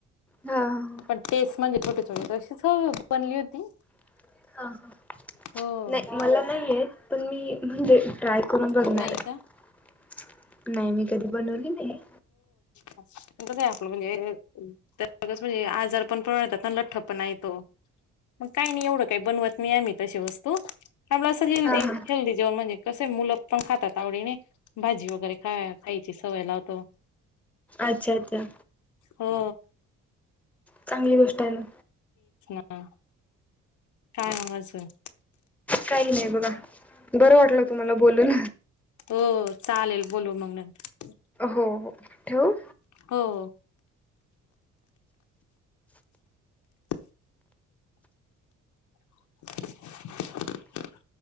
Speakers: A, in the centre; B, on the left.
A: हा हा.
B: पण तेच म्हणजे. छोटी छोटी तशीच बनली होती.
A: <unintelligible> ह ह
B: हो.
A: नाही मला नाहीयेत पण मी म्हणजे ट्राय करून बघणार
B: नाही
A: आहे
B: का?
A: नाही मी कधी बनवली नाही.
B: कस हे आपलं म्हणजेस <unintelligible> म्हणजे आजार पण प्रमाणेतात लठ्ठ पण य तो पण काही नाही एवढं काही बनवत नाही आम्ही तशी वस्तू आम्हाला <unintelligible> असं हिंदीच
A: हा हा.
B: हेल्दी हेल्दी म्हणजे कसे मुल पण खातात आवडीने भाजी वगैरे खा खायची सवय लावतो.
A: अच्छा अच्छा.
B: हो.
A: चांगली गोष्ट आहे ना,
B: हम्म. काय म अजून
A: काही नाही बघा बरं वाटलं तुम्हाला बोलून?
B: हो चालेल बोलू मंग नंतर
A: हो हो. ठेवू?
B: हो. <inaudible> <inaudible>